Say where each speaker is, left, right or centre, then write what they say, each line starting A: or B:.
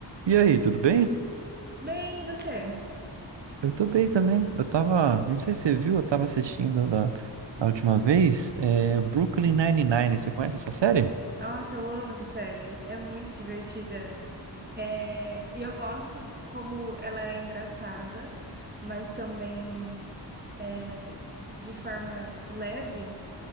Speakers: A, on the right; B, on the right.
A: E aí, tudo bem?
B: Bem, e você?
A: Eu tô bem também. Eu tava, não sei se você viu, eu tava assistindo da, da última vez, é, Brooklyn Nine-Nine. Você conhece essa série?
B: Nossa, eu amo essa série. É muito divertida. É, E eu gosto como ela é engraçada, mas também é, de forma leve.